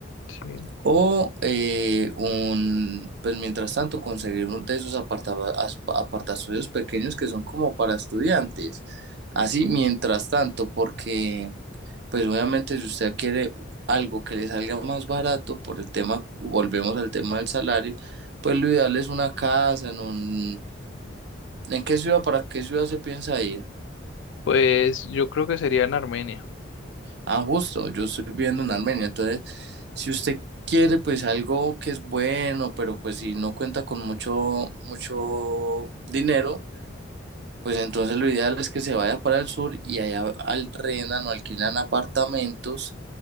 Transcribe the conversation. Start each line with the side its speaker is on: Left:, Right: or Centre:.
Left: sí.
Right: o eh, un, pues mientras tanto, conseguir uno de esos apartaba- as- apartazuelos pequeños que son como para estudiantes. Así, mientras tanto, porque pues obviamente si usted quiere algo que le salga más barato por el tema, volvemos al tema del salario, pues lo ideal es una casa en un... ¿En qué ciudad, para qué ciudad se piensa ir?
Left: Pues yo creo que sería en Armenia.
Right: Ah, justo, yo estoy viviendo en Armenia, entonces si usted quiere pues algo que es bueno, pero pues si no cuenta con mucho, mucho dinero, pues entonces lo ideal es que se vaya para el sur y allá alquilan o alquilan apartamentos